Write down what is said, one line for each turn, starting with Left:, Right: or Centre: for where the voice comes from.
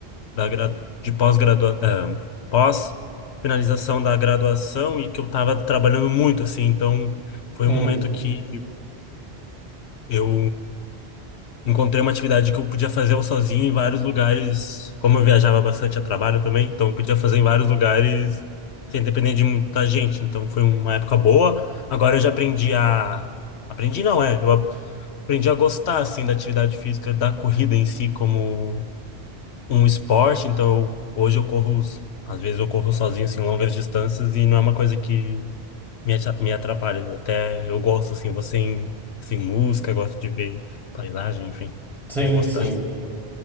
Left: da gra- de pós-gradua, ah, pós-finalização da graduação e que eu tava trabalhando muito, assim, então foi
Centre: Uhum.
Left: um momento que eu encontrei uma atividade que eu podia fazer eu sozinho em vários lugares, como eu viajava bastante a trabalho também, então eu podia fazer em vários lugares sem depender de muita gente. Então foi uma época boa. Agora eu já aprendi a aprendi não é, eu aprendi a gostar assim da atividade física, da corrida em si como um esporte. Então eu- hoje eu corro, os- às vezes eu corro sozinho assim longas distâncias e não é uma coisa que me atra- me atrapalha. Até eu gosto assim, você sem sem música, gosto de ver paisagem, enfim.
Centre: Sim,
Left: Tenho gostado.
Centre: sim.